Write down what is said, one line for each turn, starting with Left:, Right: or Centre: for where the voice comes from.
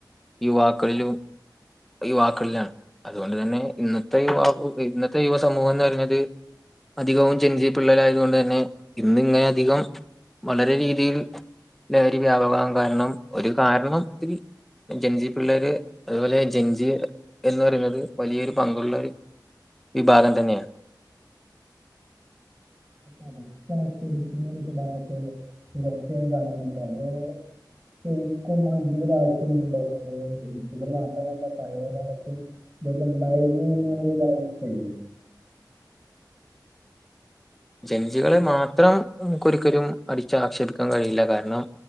Centre: യുവാക്കളിലും. ഈ വാക്കുകളിലാണ് അതുപോലെ തന്നെ ഇന്നത്തെ വാക്ക് ഇന്നത്തെ യുവ സമൂഹോന്ന് പറഞ്ഞത് അധികവും ജെൻസി പിള്ളരായതുകൊണ്ട്തെന്നെ ഇന്നിങ്ങനെഅധികം വളരെ രീതിയിൽ ലഹരി വ്യാപകാവാൻ കാരണം ഒര് കാരണംത്തിൽ ജൻജി പിള്ളേര് അതുപോലെ ജൻജി എന്ന് പറയുന്നത് വലിയൊരു പങ്കുള്ളരു. വിഭാഗംതെന്നെയാ
Right: അടച്ചാക്ഷേപിക്കുന്ന ഒര് സ്വഭാവത്തെ തുടർച്ചയായി കാണുന്നുണ്ട് അത് ശെരിക്കും അതിന്റെരു ആവശ്യമുണ്ടോ അതായത് ജെൻസികൾമാത്രമല്ല പഴേയകാലത്തും ഇതൊക്കെ ഉണ്ടായിരുന്നു എന്ന് നമുക്ക് പറയാൻവയ്യ.
Centre: ജെൻസികളെ മാത്രം നമുക്ക്ഒരിക്കലും അടിച്ച് ആക്ഷേപിക്കാൻകഴിയില്ല കാരണം